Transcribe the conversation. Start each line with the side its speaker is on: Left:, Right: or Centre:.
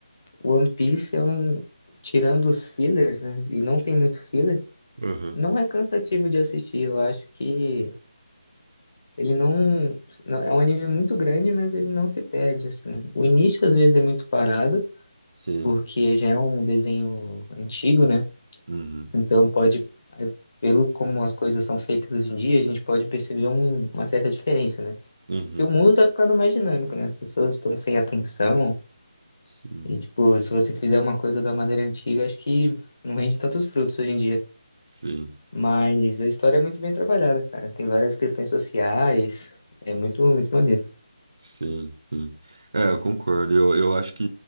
Left: o One Piece é um. Tirando os fillers, né? E não tem muito filler,
Right: Aham.
Left: não é cansativo de assistir, eu acho que. Ele não, não- é um anime muito grande, mas ele não se perde assim. O início às vezes é muito parado,
Right: Sim.
Left: porque já é um desenho antigo, né?
Right: Uhum.
Left: Então pode, é, pelo como as coisas são feitas hoje em dia, a gente pode perceber um- uma certa diferença, né?
Right: Uhum.
Left: Porque o mundo tá ficando mais dinâmico, né? As pessoas estão sem atenção
Right: Sim.
Left: e tipo, se você fizer uma coisa da maneira antiga, acho que não rende tantos frutos hoje em dia.
Right: Sim.
Left: Mas a história é muito bem trabalhada, cara. Tem várias questões sociais, é muito, muito maneiro.
Right: Sim, sim. É, eu concordo. Eu, eu acho que,